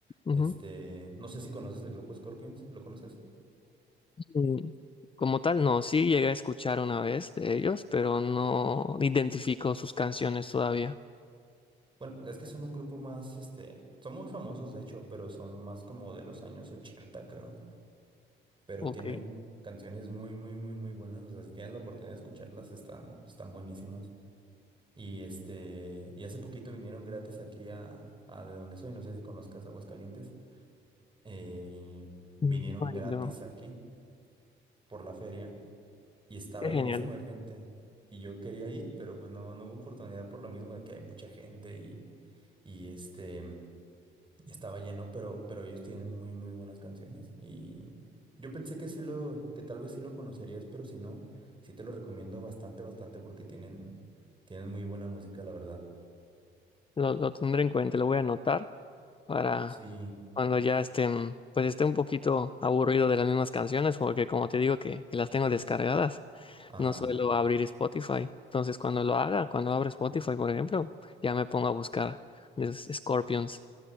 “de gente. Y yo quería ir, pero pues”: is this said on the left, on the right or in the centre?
Right